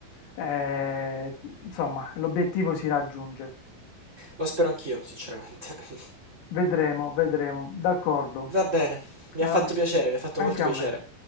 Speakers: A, on the left (about 80°); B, on the right (about 25°).
A: eh, insomma, l'obiettivo si raggiunge.
B: lo spero anch'io, sinceramente. <laughs>
A: Vedremo, vedremo, d'accordo.
B: Va bene, mi
A: Ah,
B: ha fatto piacere, mi ha fatto
A: Anche
B: molto piacere.
A: a me.